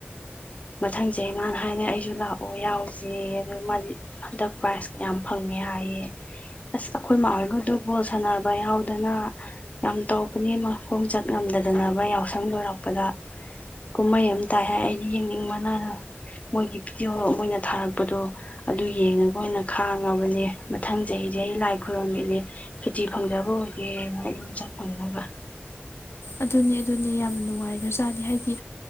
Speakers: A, on the left; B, on the left.
A: ꯃꯊꯪꯁꯦ ꯑꯗꯨꯅ ꯏꯁꯄꯣꯔꯠꯁ ꯏꯕꯦꯟꯠ ꯌꯥꯝ ꯌꯥꯎꯋꯦ ꯍꯥꯏ ꯃꯥꯗꯤ ꯃꯊꯡ ꯆꯍꯤ ꯃꯥꯅ ꯍꯥꯏꯅꯩ ꯑꯩꯁꯨ ꯂꯥꯛꯑꯣ ꯌꯥꯎꯁꯦ ꯑꯗꯨ ꯃꯥꯗꯤ ꯍꯟꯗꯛ ꯄ꯭ꯔꯥꯏꯖ ꯀꯌꯥꯝ ꯐꯪꯉꯦ ꯍꯥꯏꯌꯦ ꯑꯁ ꯑꯩꯈꯣꯏ ꯃꯥ ꯑꯣꯏꯔꯒꯗꯨ ꯕꯣꯜ ꯁꯥꯟꯅꯕ ꯌꯥꯎꯗꯅ ꯌꯥꯝ ꯇꯧꯕꯅꯦ ꯈꯣꯡꯆꯠ ꯉꯝꯗꯗꯅꯕ ꯌꯥꯎꯁꯪ ꯂꯣꯏꯔꯛꯄꯗ ꯀꯨꯝꯍꯩ ꯑꯃ ꯇꯥꯏ ꯍꯥꯏ ꯑꯩꯗꯤ ꯌꯦꯡꯅꯤꯡꯕꯅ ꯃꯣꯏꯒꯤ ꯚꯤꯗꯤꯑꯣ ꯃꯅ ꯊꯥꯔꯛꯄꯗꯣ ꯑꯗꯨ ꯌꯦꯡꯉꯒ ꯑꯣꯏꯅ ꯈꯥꯡꯉꯕꯅꯦ ꯃꯊꯪ ꯆꯍꯤꯁꯦ ꯑꯩ ꯂꯥꯏ ꯈꯨꯔꯝꯃꯤꯠꯅꯦ ꯁꯨꯇꯤ ꯐꯪꯖꯕ ꯑꯣꯏꯒꯦ ꯌꯨꯝ ꯆꯠ ꯐꯪꯅꯕ
B: ꯑꯗꯨꯅꯦ ꯑꯗꯨꯅꯦ ꯌꯥꯝꯅ ꯅꯨꯡꯉꯥꯏꯈ꯭ꯔꯖꯥꯠꯅꯤ ꯍꯥꯏꯗꯤ